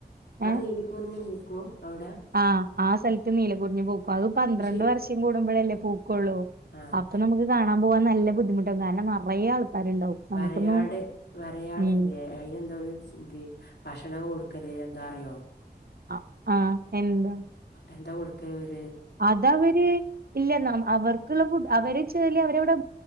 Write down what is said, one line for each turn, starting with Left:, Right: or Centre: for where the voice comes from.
Left: അവിടെ
Right: ഏഹ്
Left: നീലക്കുറിഞ്ഞി പൂക്കും അവിടെ
Right: ആ ആ സ്ഥലത്ത് നീല കുറിഞ്ഞി പൂക്കും അത് പന്ത്രണ്ട്
Left: പക്ഷെ
Right: വർഷം കൂടുമ്പോഴല്ലേ പൂക്കള്ളൂ,
Left: ആഹ്
Right: അപ്പൊ നമു കാണാൻ പോവാൻ നല്ല ബുദ്ധിമുട്ടാവും കാരണം നറേ ആൾക്കാരുണ്ടാവും. നമുക്കൊന്നും
Left: വരയാട് വരയാടില്ലെ.
Right: ഉം
Left: അയിന് എന്താലോ സിംഗി ഭക്ഷണം കൊടുക്കല് എന്താറിയോ.
Right: അ ആഹ് എന്താ
Left: എന്താ കൊടുക്കല് ഒര്?
Right: അത അവര് ഇല്ല ന അവർക്ക്ള്ള ഫുഡ് അവരെ ചല് അവര് വടെ